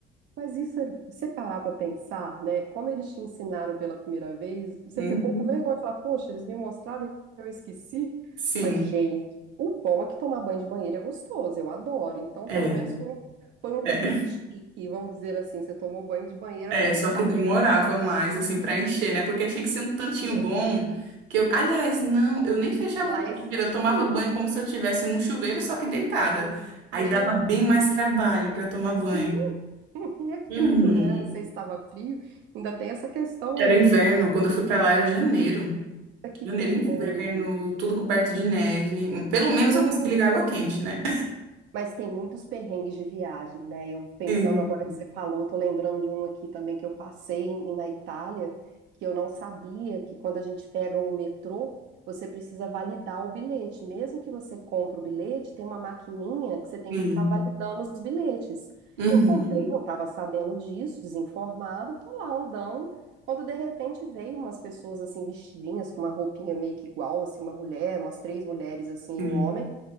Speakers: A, on the right; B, on the right.
A: Mas isso, é- você parar pra pensar, né? Como eles te ensinaram pela primeira vez, você
B: Uhum.
A: ficou com vergonha e falar, poxa, eles me mostraram e eu esqueci.
B: Sim,
A: Mas, gente, o bom é que tomar banho de banheiro é gostoso, eu adoro. Então,
B: é.
A: pelo menos foi um, foi um perrengue
B: é.
A: chique, vamos dizer assim. Você tomou banho de banheira
B: É,
A: com
B: só
A: um saco.
B: que demorava mais, assim, pra encher, né? Porque tinha que ser um tantinho
A: É.
B: bom que eu... Aliás, não, eu nem fechava
A: E lá
B: a banheira,
A: é frio.
B: eu tomava banho como se eu estivesse num chuveiro, só que deitada. Aí
A: Meu
B: dava bem
A: Deus.
B: mais trabalho pra tomar banho.
A: Sim, <laughs> e é frio,
B: Uhum.
A: né? Não sei se estava frio, ainda tem essa questão
B: Era
A: ainda.
B: inverno, quando eu fui pra lá era janeiro.
A: Olha Que
B: Janeiro,
A: perrengue.
B: inverno, tudo coberto de neve. Pelo
A: gente.
B: menos eu consegui ligar água quente, né?
A: Mas tem muitos perrengues de viagem, né? Eu pensando
B: Sim,
A: agora que você falou, tô lembrando de um aqui também que eu passei em- na Itália, que eu não sabia que quando a gente pega o metrô, você precisa validar o bilhete. Mesmo que você compre o bilhete, tem uma maquininha que você tem
B: sim.
A: que ficar validando os bilhetes.
B: Uhum,
A: Eu comprei, não estava sabendo disso, desinformada, tô lá andando. Quando de repente veio umas pessoas assim vestidinhas com uma roupinha meio que igual, assim, uma mulher, umas três mulheres assim,
B: sim.
A: e um homem.